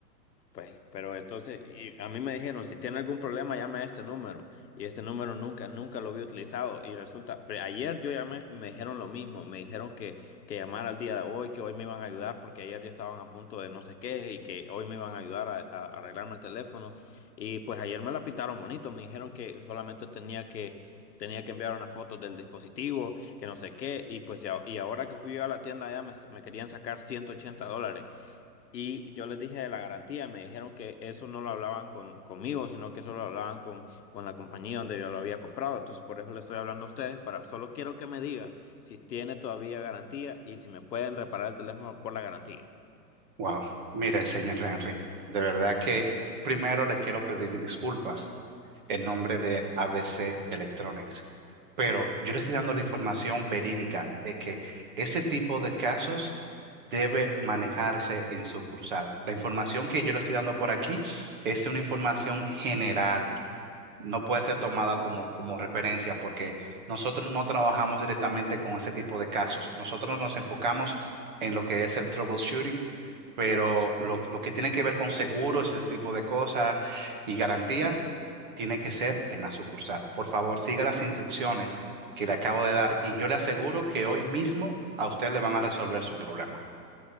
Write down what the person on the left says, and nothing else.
Pues, pero entonces, y a mí me dijeron, si tiene algún problema, llame a este número. Y este número nunca, nunca lo había utilizado. Y resulta, pero ayer yo llamé y me dijeron lo mismo. Me dijeron que, que llamara al día de hoy, que hoy me iban a ayudar porque ayer ya estaban a punto de no sé qué y que hoy me iban a ayudar a, a arreglarme el teléfono. Y pues ayer me la pintaron bonito. Me dijeron que solamente tenía que, tenía que enviar una foto del dispositivo, que no sé qué. Y pues, ya- y ahora que fui yo a la tienda allá, me, me querían sacar 180 dólares. Y yo les dije de la garantía, me dijeron que eso no lo hablaban con, conmigo, sino que eso lo hablaban con, con la compañía donde yo lo había comprado. Entonces, por eso le estoy hablando a ustedes, para, solo quiero que me diga si tiene todavía garantía y si me pueden reparar el teléfono por la garantía.